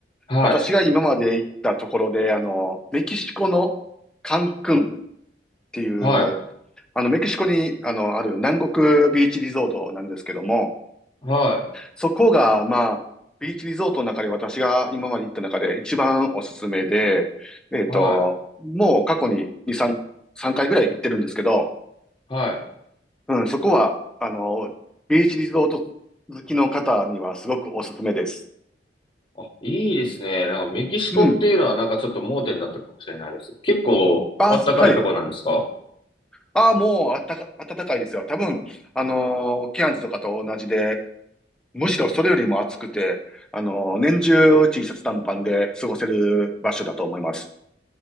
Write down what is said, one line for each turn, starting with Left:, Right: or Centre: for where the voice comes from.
Left: はい、
Centre: 私が今まで行ったところで、あのメキシコのカンクンっていう、
Left: はい、
Centre: あの、メキシコに、あの、ある南国ビーチリゾートなんですけども、
Left: はい、
Centre: そこが、まあ、ビーチリゾートの中で私が今まで行った中で一番おすすめで、えっと、
Left: は
Centre: もう過去に2、3、3回ぐらい行ってるんですけど、
Left: い、はい。
Centre: うん、そこは、あの、ビーチリゾート好きの方にはすごくおすすめです。
Left: あ、いいですね。なんかメキシコっていうのはなんかちょっと盲点だったかもしれないです。
Centre: うん。
Left: 結構あったかいとこなんですか
Centre: バース、はい。ああ、もうあったか、暖かいですよ。多分、あのーケアンズとかと同じで、むしろそれよりも暑くて、あのー年中 T シャツ短パンで過ごせる場所だと思います。